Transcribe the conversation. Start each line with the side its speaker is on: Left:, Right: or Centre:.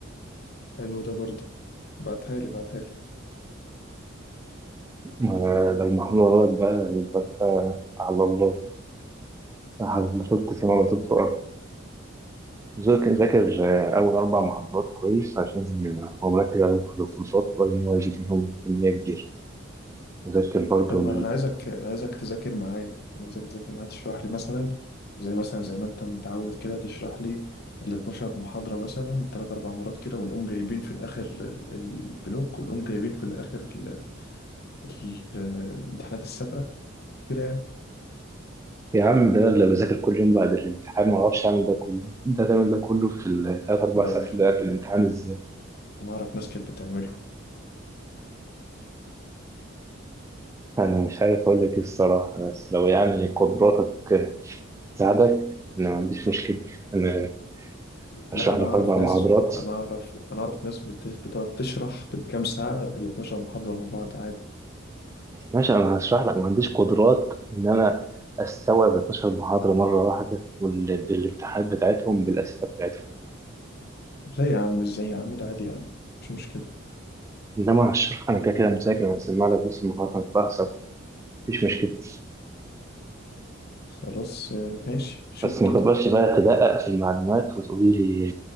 Left: حلو ده برضه بعتها لي بعتها لي
Right: ما- لو محلول غلط بقى يبقى انت على الله ما طلبت سما ما طلبت ارض ذاكر ذاكر اول اربع محاضرات كويس عشان هو مركز عليهم في الكورسات وقال ان هو يجيب منهم كميه كبيره وذاكر برضو
Left: طب ما انا عايزك انا عايزك تذاكر معايا انا عايزك تذاكر معايا تشرح لي مثلا زي مثلا زي ما انت متعود كده تشرح لي ال 12 محاضرة مثلا ثلاث اربع مرات كده ونقوم جايبين في الاخر ال- البنوك ونقوم جايبين في الاخر ال- ال- الامتحانات السابقة وكده يعني
Right: يا عم ده اللي بذاكر كل يوم بعد الامتحان ما اعرفش اعمل ده كله انت هتعمل ده كله في الثلاث اربع
Left: ده
Right: ساعات
Left: في-
Right: اللي قبل الامتحان ازاي
Left: انا اعرف ناس كانت بتعمله
Right: انا مش عارف اقول لك ايه الصراحه بس لو يعني قدراتك تساعدك انا ما عنديش مشكله انا هشرح
Left: لا انا
Right: لك
Left: اعرف
Right: اربع
Left: ناس
Right: محاضرات
Left: انا اعرف انا اعرف ناس بت- بتقعد تشرح بالكام ساعه ال 12 محاضره مع بعض عادي
Right: ماشي انا هشرح لك ما عنديش قدرات ان انا استوعب 12 محاضره مره واحده وال- بالامتحانات بتاعتهم بالاسئله بتاعتهم
Left: لا يا عم ازاي يا عم ده عادي يا عم مش مشكله
Right: انما هشرح انا كده كده مذاكر انا هسمع لك نص المحاضره هتلاحظ مفيش مشكله
Left: خلاص آه، ماشي شوف
Right: بس
Left: كده
Right: ما تقدرش بقى تدقق في المعلومات وتقول لي